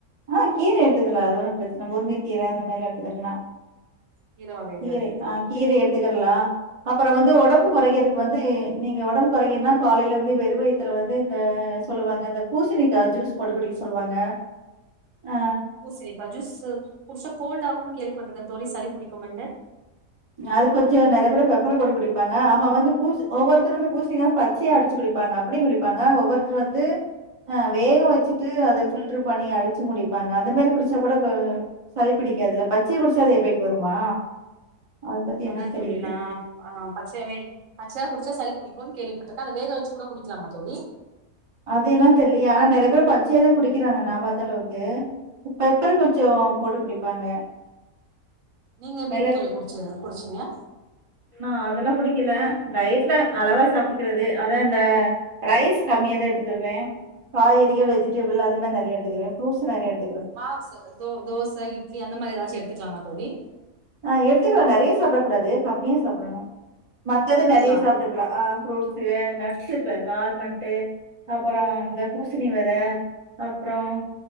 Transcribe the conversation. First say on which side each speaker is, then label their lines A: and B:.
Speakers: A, on the right; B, on the right.
A: ஆ கீரை எடுத்துக்கலாம் ஒரு பிரச்சனை முருங்கை கீரை அந்த மாதிரி எடுத்துக்கலாம்
B: கீர வகைகள்
A: கீரை
B: எடுத்துக்கலா
A: ஆ கீரை எடுத்துக்கிறலா அப்புறம் வந்து உடம்பு குறையிறதுக்கு வந்து நீங்க உடம்பு குறையுனா காலையில வந்து வெறு வயிறு வயித்துல வந்து இந்த சொல்லுவாங்க இந்த பூசணிக்கா ஜூஸ் போட்டு குடிக்க சொல்லுவாங்க ஆ
B: பூசிணிக்கா ஜூஸ் புதுசா கோல்டு ஆகும்ன்னு கேள்விப்பட்டிருக்கேன் தோழி சளிடிக்கும்ன்னு
A: அது கொஞ்சம் நிறைய பேரு பெப்பர் போட்டு குடிப்பாங்க ஆமா வந்து பூசு ஒவ்வொருத்தரும் வந்து பூசுணி பச்சையை அடிச்சு குடி ப்பாங்க அப்படியும் குடிப்பாங்க ஒவ்வொருத்தரு வந்து ஆ வேக வச்சுட்டு அதை ஃபில்டர் பண்ணி அடிச்சு முடிப்பாங்க அந்த மாதிரி குடிச்சா கூட சளி பிடிக்காது அதுல பச்சையை குடிச்சாலும் எ ஃபகட் வருமா அத பத்தி
B: அதான்
A: என்னன்னு
B: தோழி
A: தெரியல.
B: நா ஆ பச்சையா குடிச்சா சளி புடிக்கும்னு கேள்விப்பட்டிருக்கேன் வேக வச்சு குடிக்கலாமா தோழி
A: அது என்னா தெரியலையே ஆனா நிறைய பேர் பச்சையா தான் குடிக்கராக நா பார்த்த அளவுக்கு பெப்பர் கொஞ்சம் போட்டு குடிப்பாங்க
B: நீங்க எப்படி
A: மிளகு
B: தோழி குடிச்சீங்க குடிச்சீங்களா
A: நா அதெல்லாம் குடிக்கல டயட்ல அளவா சாப்பிட்டுக்கிறது அதான் இந்த ரைஸ் கம்மியா தான் எடுத்துக்குடுவேன் காய்கறிகள் வெஜிடபிள் அது மாதிரி நிறையா எடுத்துக்குவேன் ஃப்ரூட்ஸ் நிறைய எ
B: மாவுச த தோசை இட்லி அந்த மாதிரி ஏதாச்சும் எடுத்துக்கலாமா தோழி
A: ஆ எடுத்துக்கலாம் நிறைய சாப்பிடக் கூடாது கம்மியா சாப்பிடணும் மத்தது
B: எடுத்துக்கலா
A: நிறையா சாப்பிட ஃப்ரூட்ஸ நட்ஸ் இருக்குது ஆல்மண்டு அப்புறம் இந்த பூசணி விதை அப்புறம்